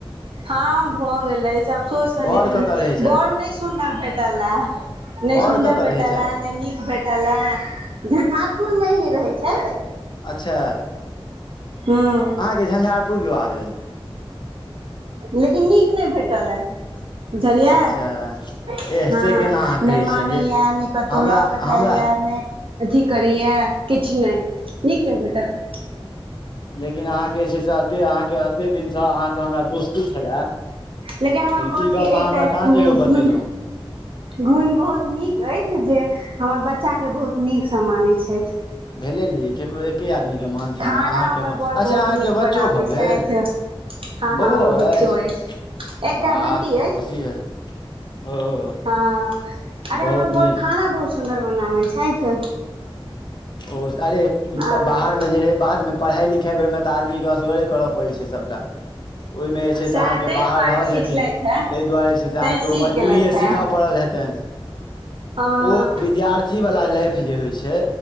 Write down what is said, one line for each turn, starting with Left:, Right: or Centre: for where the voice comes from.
Right: हँ भऽ गेल अछि अबसोस स
Left: बड़
Right: लेकिन
Left: कतऽ रहै छथि
Right: बोड़ नहि सुन्दर भेटला। नहि
Left: बड़
Right: सुंदर
Left: कतऽ
Right: भेटला
Left: रहै छथि
Right: नै नीक भेटल भेटला झंझारपुर मे ही रहै छै।
Left: अच्छा,
Right: हँ,
Left: अहाँके झंझारपुर विवाह भेल,
Right: लेकिन, नीक नई भेटलै। बुझलियै
Left: अच्छा
Right: हँ
Left: एह से केना अहाँ कहै
Right: नय मानैय
Left: छियनि ये
Right: नई कतहु
Left: हमरा
Right: ल जाइया,
Left: हमरा
Right: नै अथी करैया किछु नय नीक नहि भेटल,
Left: लेकिन अहाँके से छै से, एते अहाँके एते दिनसँ अहाँके हमरा दोस्ती छलए।
Right: लेकिन हमर
Left: लिई
Right: बर के
Left: गप अहाँ
Right: एकटा
Left: हमरा कहाँ कहियौ बतेलहुँ,
Right: गुण गुण बहुत नीक अइछ, जे हमर बच्चाके बहुत नीकसँ मानैत छइथ,
Left: ऽ भेले नै यए, ककरो एक्के आदमीकेँ मानथिन
Right: खाना
Left: न अहाँके
Right: हमर बड़ बहुत
Left: अच्छा, अहाँके
Right: नीक
Left: बच्चो
Right: बनाबै
Left: भऽ
Right: छथि
Left: गेल।
Right: हँ हँ
Left: बौओ
Right: हमर बच्चो
Left: अइछ
Right: अछि एकटा
Left: वाह
Right: बेटी
Left: खुशी भेलऽ ओ
Right: ह, अरे
Left: बहुत
Right: हमर
Left: नीक
Right: बर खाना बहुत सुन्दर बनाबे छऐथ।
Left: ओ अरे
Right: हँ
Left: बाहरमे जे बादमे, पढ़ाइ लिखाइबेर में तऽ आदमीके, असगरे करय पड़ैत छै सभटा, ओइमे छै से
Right: सएह
Left: अहाँके
Right: ताहि
Left: बाहर
Right: दुआरे
Left: रहल हेथिन,
Right: सिखलथि हे
Left: तइह दुआरे जे छै से
Right: तैं
Left: अहाँकेँ
Right: सीख
Left: ओ मजबूरिए
Right: गेलथि हे
Left: सीखय पड़ल हेतइन।
Right: हँ
Left: ओ विद्यार्थी वाला लाइफ जे होइ छै।